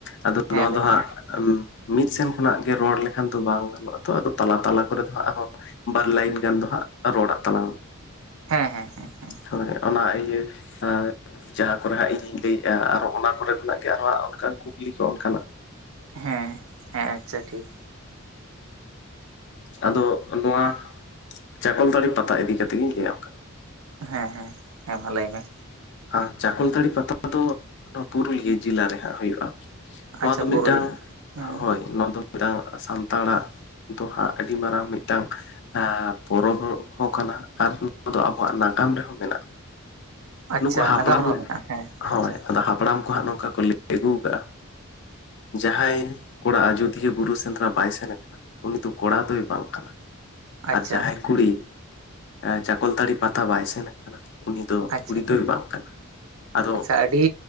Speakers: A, on the left (about 55°); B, on the right (about 80°).
A: ᱟᱫᱚ
B: ᱦᱮᱸ
A: ᱱᱚᱣᱟ
B: ᱞᱟᱹᱭ
A: ᱫᱚ ᱦᱟᱸᱜ
B: ᱢᱮ
A: ᱟᱢ ᱢᱤᱫ ᱥᱮᱱ ᱠᱷᱚᱱᱟᱜ ᱜᱮ ᱨᱚᱲ ᱞᱮᱠᱷᱟᱱ ᱫᱚ ᱵᱟᱝ ᱜᱟᱱᱚᱜᱼᱟ ᱛᱚ ᱟᱫᱚ ᱛᱟᱞᱟ ᱛᱟᱞᱟ ᱠᱚᱨᱮ ᱫᱚ ᱦᱟᱸᱜ ᱟᱨᱦᱚ ᱵᱟᱨ ᱞᱟᱭᱤᱱ ᱜᱟᱱ ᱫᱚᱦᱟᱸᱜ ᱨᱚᱲᱟᱜ ᱛᱟᱞᱟᱝ ᱢᱮ᱾
B: ᱦᱮᱸ ᱦᱮᱸ ᱦᱮᱸ ᱦᱮᱸ
A: ᱦᱳᱭ ᱚᱱᱟ ᱤᱭᱟᱹ ᱟᱨ ᱡᱟᱦᱟᱸ ᱠᱚᱨᱮ ᱦᱟᱸᱜ ᱤᱧᱤᱧ ᱞᱟᱹᱭᱮ-ᱟ ᱟᱨᱦᱚ ᱚᱱᱟ ᱠᱚᱨᱮ ᱠᱷᱚᱱᱟᱜ ᱜᱮ ᱟᱨᱦᱚ ᱚᱱᱠᱟᱱ ᱠᱩᱠᱞᱤ ᱠᱚ ᱚᱱᱠᱟᱱᱟᱜ᱾
B: ᱦᱮᱸ, ᱦᱮᱸ ᱟᱪᱪᱷᱟ ᱴᱷᱤᱠ᱾
A: ᱟᱫᱚ ᱱᱚᱣᱟ ᱪᱟᱠᱚᱞ ᱫᱟᱲᱤ ᱯᱟᱛᱟ ᱤᱫᱤ ᱠᱟᱛᱮ ᱜᱤᱧ ᱞᱟᱹᱭᱟᱢ ᱠᱟᱱᱟ᱾
B: ᱦᱮᱸ ᱦᱮᱸ ᱦᱮᱸ ᱵᱷᱟ ᱞᱟᱹᱭ ᱢᱮ‍?
A: ᱟᱨ ᱪᱟᱠᱚᱞᱛᱟᱹᱲᱤ ᱯᱟᱛᱟ ᱫᱚ ᱱᱚᱣᱟ ᱯᱩᱨᱩᱞᱤᱭᱟᱹ ᱡᱮᱞᱟ ᱨᱮ ᱦᱟᱸᱜ ᱦᱩᱭᱩᱜᱼᱟ ᱾ ᱱᱚᱣᱟ
B: ᱟᱪᱪᱷᱟ
A: ᱫᱚ
B: ᱯᱩᱨᱩᱞ
A: ᱢᱤᱫᱴᱟᱝ,
B: ᱦᱮᱸ
A: ᱦᱳᱭ ᱱᱚᱣᱟ ᱫᱚ ᱢᱤᱫᱴᱟᱝ ᱥᱟᱱᱛᱟᱲᱟᱜ ᱫᱚᱦᱟᱸᱜ ᱟᱹᱰᱤ ᱢᱟᱨᱟᱝ ᱢᱤᱫᱴᱟᱝ ᱯᱚᱨᱚᱵᱽ ᱦᱚᱸ ᱠᱟᱱᱟ ᱟᱨ ᱱᱚᱣᱟ ᱫᱚ ᱟᱵᱚᱣᱟᱜ ᱱᱟᱜᱟᱢ ᱨᱮᱦᱚᱸ ᱢᱮᱱᱟᱜᱼᱟ ᱾
B: ᱟᱪᱪᱷᱟ
A: ᱱᱩᱠᱩ ᱦᱟᱯᱲᱟᱢ
B: ᱱᱟᱜᱟᱢ ᱨᱮᱦᱚᱸ ᱢᱮᱱᱟᱜᱼᱟ ᱦᱮᱸ
A: ᱦᱳᱭ
B: ᱟᱪᱪᱷᱟ
A: ᱟᱫᱚ ᱦᱟᱯᱲᱟᱢ ᱠᱚ ᱦᱟᱸᱜ ᱱᱚᱝᱠᱟ ᱠᱚ ᱞᱟᱹᱭ ᱟᱹᱜᱩ ᱠᱟᱜᱼᱟ᱾ ᱡᱟᱦᱟᱸᱭ ᱠᱚᱲᱟ ᱟᱡᱚᱫᱤᱭᱟᱹ ᱵᱩᱨᱩ ᱥᱮᱸᱫᱽᱨᱟ ᱵᱟᱭ ᱥᱮᱱ ᱟᱠᱟᱱᱟ ᱩᱱᱤ ᱫᱚ ᱠᱚᱲᱟ ᱫᱚᱭ ᱵᱟᱝ ᱠᱟᱱᱟ᱾
B: ᱟᱪᱪᱷᱟ
A: ᱡᱟᱦᱟᱸᱭ ᱠᱩᱲᱤ ᱪᱟᱠᱚᱞᱛᱟᱹᱲᱤ ᱯᱟᱛᱟ ᱵᱟᱭ ᱥᱮᱱ ᱠᱟᱱᱟ ᱩᱱᱤ ᱫᱚ
B: ᱟᱪᱪᱷᱟ
A: ᱠᱩᱲᱤ ᱵᱟᱝ ᱠᱟᱱᱟ᱾ ᱟᱫᱚ
B: ᱟᱪᱪᱷᱟ ᱟᱹᱰᱤ